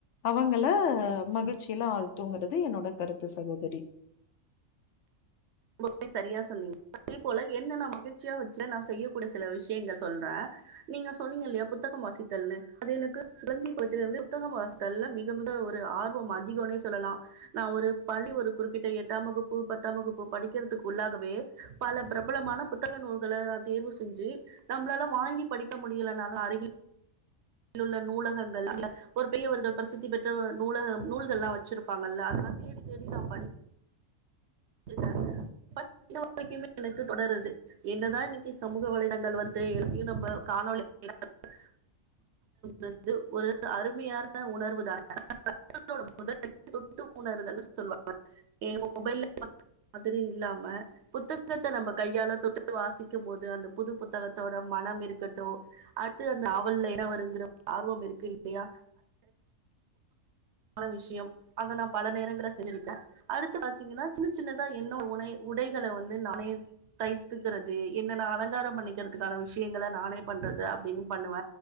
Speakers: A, on the left; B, on the right.
A: அவங்கள மகிழ்ச்சில ஆழ்த்துங்கறிறது என்னோட கருத்து சகோதரி
B: ரொம்பவே சரியா சொன்னீங்க அதே போல என்ன நா மகிழ்ச்சியா வச்சு நா செய்யக்கூடிய சில விஷயங்கள் சொல்ற நீங்க சொன்னீங்க இல்லையா புத்தகம் வாசித்தல்னு அது எனக்கு குழந்தை பருவத்தில் இருந்து புத்தகம் வாசி த்தல்ல மிக மிக ஒரு ஆர்வம் அதிகோனே சொல்லலா நா ஒரு பள்ளி ஒரு குறிப்பிட்ட எட்டாம் வகுப்பு பத்தாம் வகுப்பு படிக்கிறதுக்கு உள்ளாகவே பல பிரபலமான புத்தக நூல்கள நா தேர்வு செஞ்சு நம்ளால வாங்கி படிக்க முடியலனாலு அருகில் உள்ள நூலகங்கள் <unintelligible> ஒரு பெரியவர்கள் பிரசித்தி பெற்ற நூலக நூல்கல்லா வச்சிருப்பாங்கல்ல அதெல்லா தேடி தேடி நா படி சிட்ட பட் இன்னு வரைக்குமே எனக்கு தொடருது என்னதா இன்னைக்கு சமூக வலைதங்கள் வந்து எத்தையு நம்ம காணொலி <unintelligible>
A: <unintelligible>
B: ந்து ஒரு அருமையான உணர்வு தா <unintelligible> போது தொட்டு புணர்தல்ன்னு சொல்லுவாங்க எ மொபைல் மாதிரி இல்லாம புத்தத்தத்த நம்ம கையால தொட்டுட்டு வாசிக்கும் போது அந்த புது புத்தகத்தோட மனம் இருக்கட்டும் அது அந்த நாவல்ல என்ன வருங்கிற ஆர்வம் இருக்கு இல்லையா பல விஷயம் அத நா பல நேரங்கள செஞ்சிருக்க அடுத்து பா்த்தீங்கன்னா சின்ன சின்னதா என்ன உடை உடைகளை வந்து நானே தைத்துக்கிறது என்ன நா அலங்காரோ பண்ணிக்கிறதுக்கான விஷயங்க நானே பண்றது அப்டின்னு பண்ணுவ